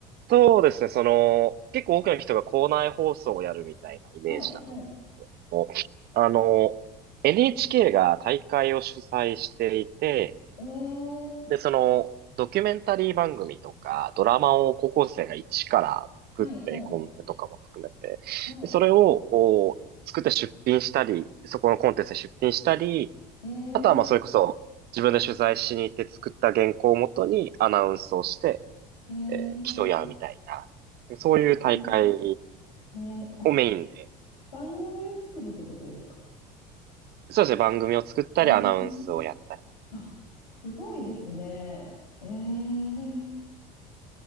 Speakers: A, on the right; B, on the left.
A: そうですね、その、結構多くの人が校内放送をやるみたいなイメージだと
B: はい、はい。
A: 思う。あの、NHK が大会を主催していて、
B: えー、
A: で、その、ドキュメンタリー番組とか、ドラマを高校生が一から作って、
B: はい、はい、
A: コンテとかも含めて、
B: は
A: でそれを、お作って出品したり、そこのコンテンツに出品したり、
B: い。えー、
A: あとはまあそれこそ自分で取材しに行って作った原稿をもとにアナウンスをして
B: えー、
A: 競い合うみたいな、そういう大会
B: えー、えー、あ、
A: をメインで、
B: 番組を作るってことですか
A: そうですね、番組を作ったりアナウンスをやったり。
B: えー、あ、すごいですね。えー、